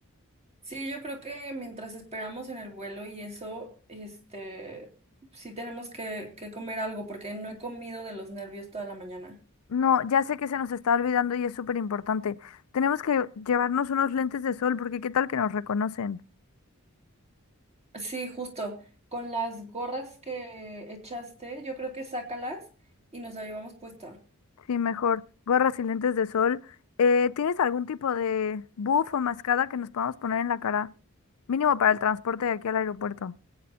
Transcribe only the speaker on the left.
No, ya sé que se nos está olvidando y es súper importante. Tenemos que llevarnos unos lentes de sol porque qué tal que nos reconocen.
Sí, mejor. Gorras y lentes de sol. Eh, ¿tienes algún tipo de buff o mascada que nos podamos poner en la cara? Mínimo para el transporte de aquí al aeropuerto.